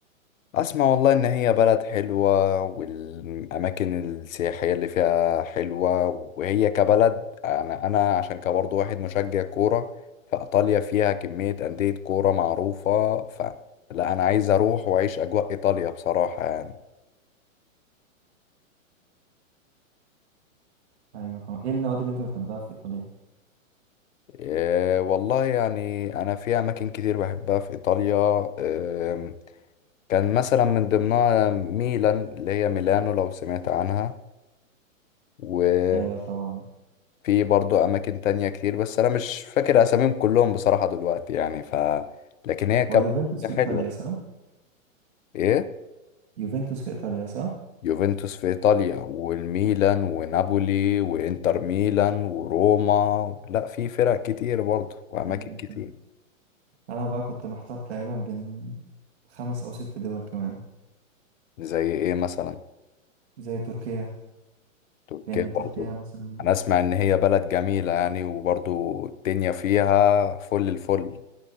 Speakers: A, on the left; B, on the right.
A: اسمع والله ان هي بلد حلوة والاماكن السياحية اللي فيها حلوة وهي كبلد انا انا عشان كبرضه واحد مشجع كورة فايطاليا فيها كمية اندية كورة معروفة فلا انا عايز اروح واعيش اجواء ايطاليا بصراحة يعني
B: ايوه طبعا ايه النوادي اللي انت بتحبها في ايطاليا
A: إيه والله يعني أنا في أماكن كتير بحبها في إيطاليا إيه كان مثلا من ضمنها ميلان اللي هي ميلانو لو سمعت عنها وفي
B: ايوه طبعا
A: برضو أماكن تانية كتير بس أنا مش فاكر أساميهم كلهم بصراحة دلوقتي يعني ف لكن هي كمان
B: ويوفنتوس في
A: حلوة
B: ايطاليا صح
A: إيه
B: يوفنتوس في ايطاليا صح
A: يوفنتوس في إيطاليا والميلان ونابولي وإنتر ميلان وروما لا في فرق كتير برضو وأماكن
B: ايوه
A: كتير
B: فعلا انا بقى كنت محتار تقريبا بين خمس او ست دول كمان
A: زي إيه مثلا
B: زي تركيا
A: تركيا
B: لان تركيا
A: برضو
B: مثلا
A: انا اسمع ان هي بلد جميلة يعني وبرضو الدنيا فيها فل الفل